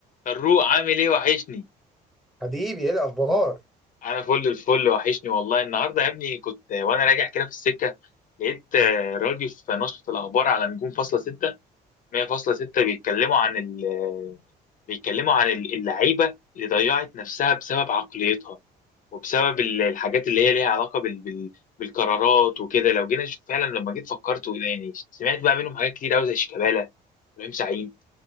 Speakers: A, on the left (about 50°); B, in the centre.
A: فاروق عامل ايه وحشني
B: حبيبي ايه الاخبار
A: انا فل الفل وحشني والله النهارده يا ابني كنت وانا راجع كده في السكه لقيت آه، راديو في نشرة الاخبار على نجوم فاصلة ستة مية فاصلة ستة بيتكلموا عن ال آه، بيتكلموا عن ال- اللعيبه اللي ضيعت نفسها بسبب عقليتها وبسبب ال- الحاجات اللي هي ليها علاقه بال... بال... بالقرارات وكده لو جينا نشوف فعلا لما جيت فكرت وإيه يعني سمعت بقى منهم حاجات كتير قوي زي شيكابالا ابراهيم سعيد